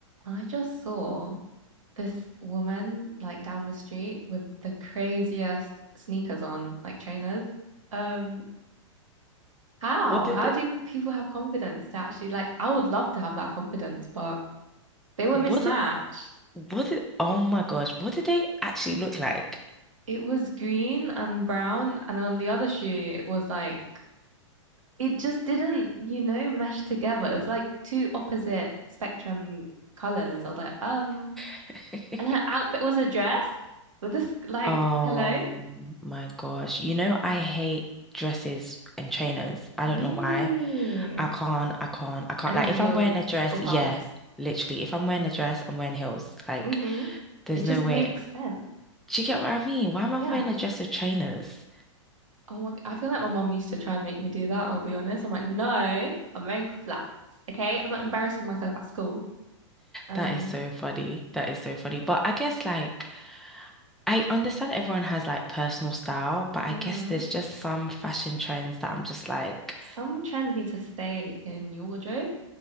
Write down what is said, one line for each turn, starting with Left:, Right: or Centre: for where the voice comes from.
Right: I just saw this woman like down the street with the craziest sneakers on, like trainers. Um, how?
Centre: What did
Right: How
Centre: they,
Right: do people have confidence to actually like I would love to have that confidence, but they were
Centre: what
Right: mismatched.
Centre: did, what did, oh my gosh, what did they actually look like?
Right: It was green and brown, and on the other shoe it was like it just didn't, you know, mesh together. It was like two opposite spectrum colors. I was like, um,
Centre: <laughs>
Right: and her outfit was a dress with this like,
Centre: Oh
Right: hello?
Centre: my gosh. You know, I hate dresses and trainers. I
Right: Really?
Centre: don't know why. I can't, I can't, I can't.
Right: I need
Centre: Like,
Right: heels
Centre: if I'm wearing a dress,
Right: or pumps.
Centre: yeah, literally. If I'm wearing a dress, I'm wearing heels. Like,
Right: hmm
Centre: there's
Right: It just
Centre: no way.
Right: makes sense.
Centre: Do you get what I mean? Why am
Right: Yeah.
Centre: I wearing a dress with trainers?
Right: Oh my, I feel like my mom used to try and make me do that, I'll be honest. I'm like, no, I'm wearing flats. Okay. I'm not embarrassing myself at school. Um,
Centre: That is so funny. That is so funny. But I guess, like, I understand everyone has like personal style, but I
Right: hmm
Centre: guess there's just some fashion trends that I'm just like,
Right: Some trends need to stay in your wardrobe.